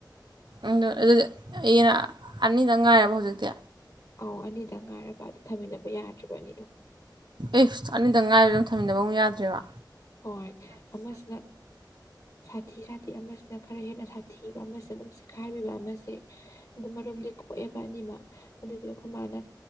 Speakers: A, on the right (about 75°); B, on the left (about 45°).
A: ꯎꯝꯗꯣ ꯑꯗꯨꯗꯤ ꯌꯦꯟ ꯑ ꯑꯅꯤꯗꯪ ꯉꯥꯏꯔꯕ ꯍꯧꯖꯤꯛꯇꯤ
B: ꯑꯧ ꯑꯅꯤꯗꯪ ꯉꯥꯏꯔꯕ ꯑꯗꯨ ꯊꯝꯃꯤꯟꯅꯕ ꯌꯥꯗ꯭ꯔꯤꯕ ꯑꯅꯤꯗꯣ
A: ꯑꯦꯐ ꯑꯅꯤꯗꯪ ꯉꯥꯏꯔꯦꯗꯣ ꯊꯝꯃꯤꯟꯅꯕ ꯑꯃꯨꯛ ꯌꯥꯗ꯭ꯔꯤꯕ
B: ꯍꯣꯏ ꯑꯃꯁꯤꯅ ꯁꯥꯊꯤ ꯁꯥꯊꯤ ꯑꯃꯁꯤꯅ ꯈꯔ ꯍꯦꯟꯅ ꯁꯥꯊꯤꯕ ꯑꯃꯁꯦ ꯑꯗꯨꯝ ꯆꯤꯈꯥꯏꯕꯤꯕ ꯑꯃꯁꯦ ꯑꯗꯨ ꯃꯔꯨꯝꯗꯤ ꯀꯣꯛꯑꯦꯕ ꯑꯅꯤꯃꯛ ꯑꯗꯨꯗꯨꯏ ꯑꯩꯈꯣꯏ ꯃꯥꯅ